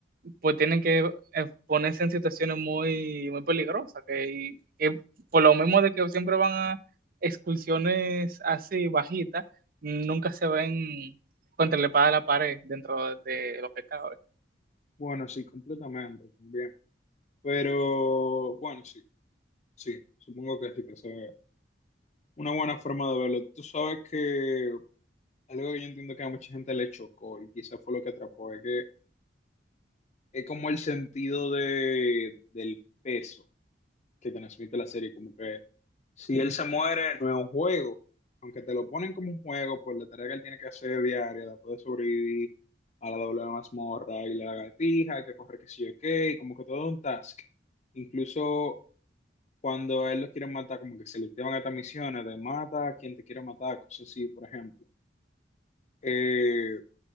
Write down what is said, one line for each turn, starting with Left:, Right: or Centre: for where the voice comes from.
Right: pues tienen que eh, ponerse en situaciones muy, muy peligrosas, que, que por lo mismo de que siempre van a excursiones así bajitas, nunca se ven contra la espada de la pared dentro de lo que cabe.
Left: Bueno, sí, completamente, también. Pero bueno, sí, sí, supongo que sí, que eso es una buena forma de verlo. Tú sabes que algo que yo entiendo que a mucha gente le chocó y quizás fue lo que atrapó, es que es como el sentido de, del peso que transmite la serie, como que si él se muere no es un juego, aunque te lo ponen como un juego por la tarea que él tiene que hacer diaria, después de sobrevivir a la doble mazmorra y la lagartija, que corre que sí o qué, y como que todo es un task. Incluso Cuando a él lo quieren matar, como que se le activan estas misiones de mata a quien te quiere matar, cosas así, por ejemplo. Eh,